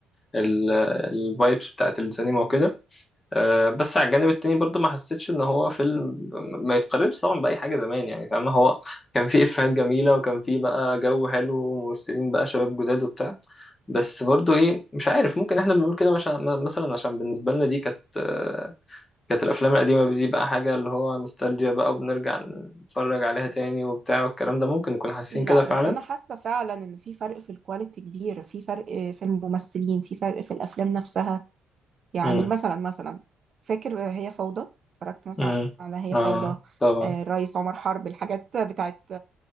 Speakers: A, on the left (about 20°); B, on the right (about 40°).
A: ال الفايبس بتاعت السينما وكده آه بس على الجانب التاني برضه ما حسيتش إن هو فيلم ما يتقارنش طبعا بأي حاجة زمان يعني فاهمة هو كان فيه إفيهات جميلة وكان فيه بقى جو حلو وممثلين بقى شباب جداد وبتاع بس برضه إيه مش عارف ممكن إحنا بنقول كده مش- ع- مثلا عشان بالنسبة لنا دي كانت آه، كانت الافلام القديمه دي بقى حاجه اللي هو نوستالجيا بقى وبنرجع نتفرج عليها تاني وبتاع والكلام ده ممكن نكون حاسين
B: لا
A: كده فعلا
B: بس انا حاسة فعلا ان في فرق في الكواليتي كبير في فرق في الممثلين في فرق في الافلام نفسها يعني
A: امم
B: مثلا مثلا فاكر هي فوضى اتفرجت مثلا
A: امم
B: على هي
A: اه
B: فوضى
A: طبعا
B: آه، الريس عمر حرب الحاجات بتاعت